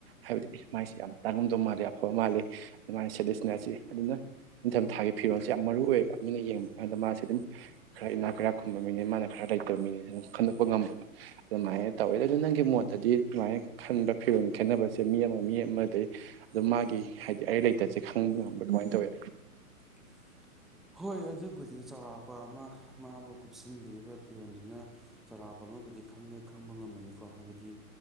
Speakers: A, on the right; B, in the centre.
A: ꯍꯥꯏꯕꯗꯤ ꯃꯥꯏꯁꯤ ꯌꯥꯝ ꯇꯥꯡꯉꯝꯗꯕ ꯃꯥꯜꯂꯤꯦ ꯑꯐꯕ ꯃꯥꯜꯂꯤꯦ ꯑꯗꯨ ꯃꯥꯥꯏ ꯁꯗꯤꯁꯅꯥꯁꯤ ꯑꯗꯨꯅ ꯅꯤꯡꯊꯝ ꯊꯥꯒꯤ ꯐꯤꯔꯣꯜꯁꯦ ꯌꯥꯝ ꯃꯔꯨ ꯑꯣꯏꯌꯦꯕ ꯃꯤꯅ ꯌꯦꯡꯕ ꯀꯥꯟꯗ ꯃꯥꯁꯦ ꯑꯗꯨꯝ ꯈꯔ ꯏꯅꯥ ꯈꯔ ꯈꯨꯝꯕ ꯃꯤꯅꯦ ꯃꯥꯅ ꯈꯔ ꯂꯩꯇꯕ ꯃꯤꯅꯦ ꯁꯨꯝ ꯈꯟꯗꯣꯛꯄ ꯉꯝꯕꯗꯣ ꯑꯗꯨꯃꯥꯏꯅ ꯇꯧꯋꯦ ꯑꯗꯨ ꯅꯪꯒꯤ ꯃꯣꯠꯇꯗꯤ ꯑꯗꯨꯃꯥꯏꯅ ꯈꯟꯕ ꯐꯤꯔꯣꯟꯜ ꯈꯦꯠꯅꯕꯁꯦ ꯃꯤ ꯑꯃ ꯃꯤ ꯑꯃꯗꯩ ꯑꯗꯨ ꯃꯥꯒꯤ ꯍꯥꯏꯗꯤ ꯑꯩꯩ ꯂꯩꯇꯁꯦ ꯈꯪꯕ ꯉꯝꯕ꯭ꯔꯥ ꯀꯃꯥꯏꯅ ꯇꯧꯋꯤ
B: <inaudible> ꯍꯣꯏ ꯑꯗꯨꯕꯨꯗꯤ ꯆꯥꯎꯔꯥꯛꯄ ꯑꯃ ꯃꯥꯕꯨ ꯀꯨꯞꯁꯤꯟꯕꯤꯔꯤꯕ ꯐꯤꯔꯣꯟꯗꯨꯅ ꯆꯥꯎꯔꯥꯛꯄ ꯑꯃꯕꯨꯗꯤ ꯈꯪ ꯈꯪꯕ ꯉꯝꯃꯅꯤꯀꯣ ꯍꯥꯏꯕꯗꯤ